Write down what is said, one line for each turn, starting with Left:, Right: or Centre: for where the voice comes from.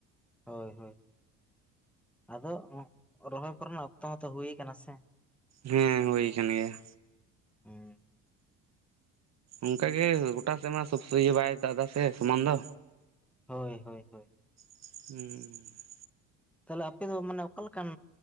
Centre: ᱦᱳᱭ ᱦᱳᱭ ᱟᱫᱚ ᱨᱚᱦᱚᱭ ᱠᱚᱨᱮ ᱱᱟᱜ ᱚᱠᱛᱚ ᱦᱚᱸ ᱛᱚ ᱦᱩᱭ ᱠᱟᱱᱟ ᱥᱮ
Right: ᱦᱮᱸ ᱦᱩᱭᱳ ᱠᱟᱱ ᱜᱮᱭᱟ
Centre: ᱦᱮᱸ
Right: ᱚᱱᱠᱟᱜ ᱜᱮ ᱜᱚᱴᱟ ᱥᱮᱫ ᱢᱟ ᱥᱚᱵ ᱤᱭᱟᱹ ᱵᱟᱭ ᱫᱟ ᱮᱫᱟ ᱥᱮ ᱥᱚᱢᱟᱱ ᱫᱚ
Centre: ᱦᱳᱭ ᱦᱳᱭ ᱦᱳᱭ
Right: <unintelligible>
Centre: ᱛᱟᱦᱚᱞᱮ ᱟᱯᱮ ᱫᱚ ᱢᱟᱱᱮ ᱚᱠᱟ ᱞᱮᱮᱠᱟᱱ